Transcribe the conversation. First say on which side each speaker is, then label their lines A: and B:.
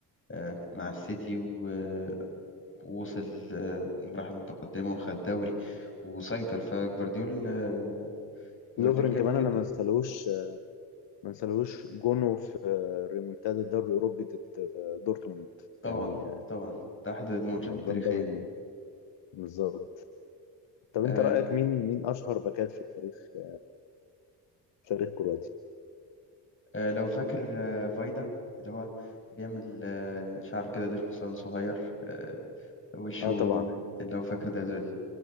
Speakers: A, on the left; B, on the left.
A: آه، مع السيتي و- ووصل آه، مراحل متقدمة وخد دوري وسيطر فجفارديول آه، جفارديول
B: لوفرين
A: جامد
B: كمان
A: جدا
B: انا ما انسالهوش ما انسالهوش جونه في ريمونتادا الدوري الاوروبي ضد دورتموند
A: طبعا
B: يعني
A: طبعا ده أحد الماتشات التاريخية
B: الجون ده من بالظبط طب
A: آه،
B: انت رأيك مين مين اشهر باكات في تاريخ في تاريخ كرواتيا
A: آه، لو فاكر آه، فايدا اللي هو بيعمل آه، شعره كده ديل حصان صغير آه، وشه
B: اه طبعا
A: لو فاكر ده ده